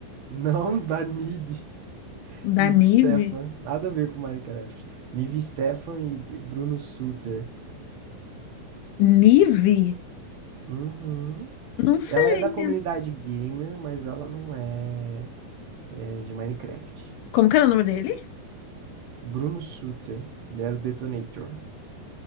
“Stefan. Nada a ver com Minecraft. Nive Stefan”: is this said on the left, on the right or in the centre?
Right